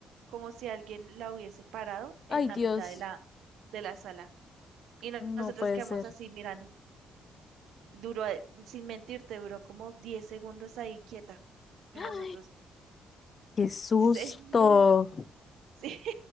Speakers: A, on the right (about 80°); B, on the left (about 40°).
A: como si alguien la hubiese parado en
B: Ay, Dios.
A: la mitad de la, de la sala. Y no-
B: No
A: nosotros
B: puede
A: quedamos
B: ser.
A: así mirando. Duró, eh, sin mentirte, duró como 10 segundos ahí quieta. Y
B: Ay,
A: nosotros,
B: qué susto.
A: señor, <laughs> sí.